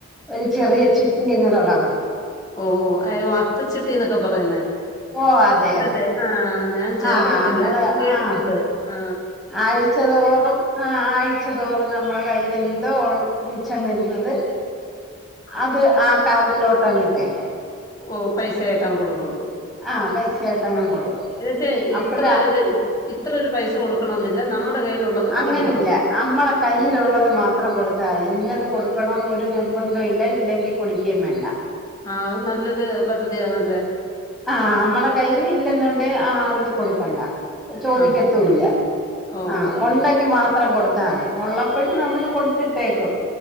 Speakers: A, in the centre; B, on the left.
A: ഒരു ചെറിയ ചിട്ടി തന്നെ തുടങ്ങും
B: ഓ ഓ ഏമ് അത്തച്ചിട്ടിന്നൊക്കെ പറയുന്നേ
A: ഓഹ് അതെ
B: അതതെ
A: അതെ
B: ആ ഞാൻ ചേർന്നിട്ടില്ല
A: ആഹ് നമ്മള്
B: ഞൻ കേട്ടിട്ടുണ്ട്
A: ആഹ്
B: ആ
A: ആഴ്ചതോറും ആ ആഴ്ച തോറും നമ്മടെ കയ്യില് എന്തോ ഉള്ള മിച്ചം വരുന്നത് അത് ആ കാർഡിലോട്ടഅങ്ങ്ട്ടേക്കും
B: ഓ പൈസായിട്ടാങ്ങ് കൊടുക്കും
A: ആഹ് പൈസയായിട്ടങ്ങ്
B: അ
A: കൊടുക്കും
B: എന്ന്ച്ച
A: അപ്പഴാ
B: ഇത്ര ഇത് ഇത്രൊരു പൈസ കൊടുക്കണെന്നില്ല നമ്മക് ന്ത കയ്യിലുള്ളത്
A: അങ്ങനില്ല
B: കൊടുക്കണം
A: അമ്മളെ കയ്യിലുള്ളത്
B: ആഹ്
A: മാത്രം കൊടുത്താതി ഇന്നത് കൊടുക്കണന്ന് ഒരു നിർബന്തോഇല്ല ഇല്ലെങ്കി കൊടുക്കേം വേണ്ട
B: ആ അത് നല്ലൊരു പദ്ധതിയാന്നല്ല
A: ആ അമ്മളെ കയ്യിൽ ഇല്ലെന്നുണ്ടേ ആ അന്ന് കൊടുക്കണ്ട ചോദിക്കത്തുല്ല
B: ആഹ് ആഹ് ഓഹ്
A: ആ
B: ഓഹ്
A: ഉണ്ടെങ്കി മാത്രം കൊടുത്ത ആ അതെ ഒള്ളപ്പഴ് നമ്മള് കൊട്ത്തിട്ടേക്കും